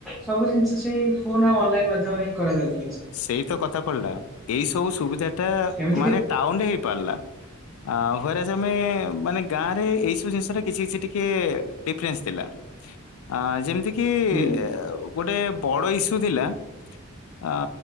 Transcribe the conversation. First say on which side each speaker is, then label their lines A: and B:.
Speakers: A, in the centre; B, on the left (about 70°).
A: ସବୁ ଜିନିଷ ସେଇ ଫୋନ ଆଉ ଅନଲାଇନ ମାଧ୍ୟମରେ ହିଁ କରାଯାଉଚି।
B: ସେଇ ତ କଥା ପଡଲା ଏଇ ସବୁ ସୁବିଧା ଟା
A: ଏମିତି
B: ମାନେ
A: କି
B: ଟାଉନରେ ହେଇ ପାର୍ଲା ଆଉ <unintelligible> ମାନେ ଗାଁରେ ଏଇ ସ୍ ସବୁ ଜିନସରେ କିଛି କିଛି ଟିକେ ଡିଫରେନ୍ସ ଥିଲା ଆ ଯେମିତି କି
A: ହୁଁ
B: ଅ ଉ ଗୋଟେ ବଡ଼ ଇସ୍ୟୁ ଥିଲା ଅ